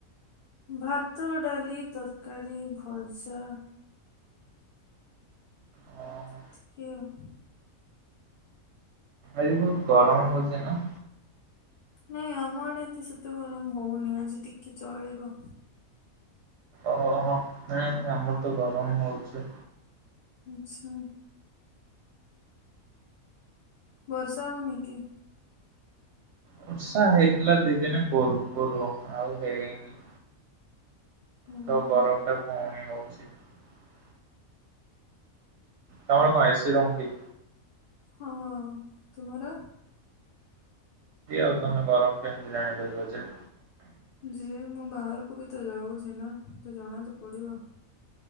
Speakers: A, on the left; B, on the right.
A: ଭାତ ଡାଲି ତରକାରୀ ଭଜା
B: ଓହୋ
A: <unintelligible>
B: ଆଜି ବହୁତ ଗରମ ହେଉଛି ନା।
A: ନାଇଁ ଆମ ଆଡେ ଏ ତେ ସେତେ ଗରମ ହଉନି ଆଜି ଟିକେ ଚଳିବ।
B: ଓହୋ ନାଇଁ ଆମର ତ ଗରମ ହଉଛି।
A: ଆଚ୍ଛା ବର୍ଷା ହଉନି କି?
B: ବର୍ଷା ହେଇଥିଲା ଦି ଦିନେ ପୂର୍ବରୁ ଆଉ ହେଇନି।
A: ଓହୋ
B: ତ ଗରମ ଟା ପୁଣି ହଉଛି। <unintelligible> ଟମର କମ ଏସି ରୁମ କି?
A: ହଁ ତୁମର।
B: ଏ ଆଉ ତମେ ଗରମ କେମିତି ଜାଣି ପାରିବ ଯେ?
A: ଯି ମୁଁ ବାହାରକୁ ବି ତ ଯାଉଛି ନା ତ ଜଣା ତ ପଡିବ।